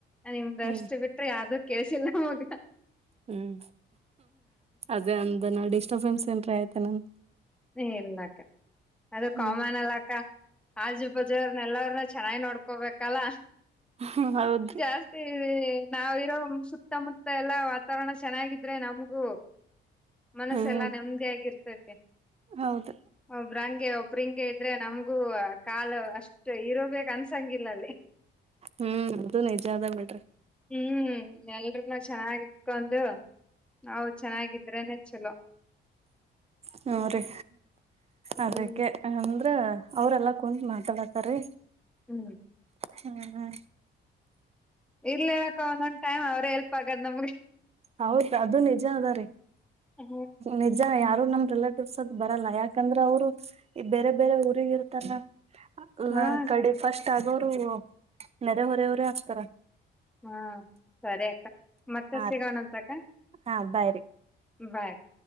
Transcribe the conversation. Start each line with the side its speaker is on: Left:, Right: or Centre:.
Centre: ನಿಮ್ದ
Right: ಹ್ಮ್
Centre: ಅಷ್ಟು ಬಿಟ್ರೆ ಯಾವ್ದೂ ಕೇಸಿಲ್ಲ ಅವಗ
Right: ಹ್ಮ್ ಅದೇ ಅಂದ ನ ಡಿಸ್ಟರ್ಬೆನ್ಸ್ ಏನ್ ಆಯ್ತೆ ನನ್
Centre: ಹ ಇಲ್ಲಕ್ಕ ಅದು
Right: ಹ್ಮ್
Centre: ಕಾಮನ್ ಅಲಾಕ್ಕ ಕಜು ಬಜ್ರನ್ನ ಎಲ್ಲನ್ನ ಚೆನ್ನಾಗಿ್ ನೋಡ್ಕೋಬೇಕಲ್ಲ
Right: ಹ ಹೌದ್ರಿ
Centre: ಜಾಸ್ತಿ ನಾವಿರೋ ಸುತ್ತಮುತ್ತ ಎಲ್ಲಾ ವಾತಾವರಣ ಚೆನ್ನಾಗಿದ್ರೆ ನಮ್ಗೂ ಮನಸ್ಸ
Right: ಹ್ಮ್
Centre: ಎಲ್ಲಾ ನೆಮ್ಮದಿ ಆಗಿರ್ತತಿ
Right: ಹೌದು
Centre: ಒಬ್ರಂಗಗೆ ಒಬ್ಬ ಸ್ಪ್ರಿಂಗ್ಗೆ ಇದ್ರೆ ನಮ್ಗೂ ಕಾಲು ಅಷ್ಟು ಇರೋಬೇಕ ಅನ್ಸಂಗಿಲ್ಲಲ್ಲಿ
Right: ಹ್ಮ್ ಅದು ನಿಜ ಅದ ಬಿಡ್ರಿ
Centre: ಹ್ಮ್ ಎಲ್ರುೂನು ಚೆನ್ನಾಗಿ ಇಕೊಂಡು ನಾವು ಚೆನ್ನಾಗಿದ್ರೇನೆ ಚಲೋ
Right: ಹ್ಮ ರೀ
Centre: ಹ್ಮ್
Right: ಅದಕ್ಕೆ ಅಂದ್ರ ಅವ್ರಲ್ಲಾ ಕುೂಂ ಮಾತಾಡತಾರೀ
Centre: ಹ್ಮ್
Right: ಹ್ಮ್ ಹ
Centre: ಇರ್ಲಿಕ್ಕ ಒಂದೊಂದ್ ಟೈಮ್ ಅವ್ರೇ ಹೆಲ್ಪ್ ಆಗ ನಮಗೆ
Right: ಹೌದ ಅದು ನಿಜ ಅದ ರೀ
Centre: ಹಾ
Right: ನಿಜ ಯಾರು ನಮ ರಿಲೇಟಿವ್ಸ್ ಅದ್ ಬರಲ್ಲ ಯಾಕಂದ್ರ ಅವ್ರು ಈ ಬೇರೆ ಬೇರೆ ಊರಿಗ ಇರ್ತಾರ ಅಲ್ಲ
Centre: ಹಾ ಅಕ್ಕ
Right: ಕಡೆ ಫಸ್ಟ್ ಆಗೋರು ನೆರೆ ಹೊರವರೇ ಹಾಕ್ತಾರ
Centre: ಹಾ ಸರಿ ಮತ್ತೆ
Right: ಹಾ
Centre: ಸಿಗಣಂತ ತಕ
Right: ಹಾ ಬಾಯ್ರಿ
Centre: ಬಕ್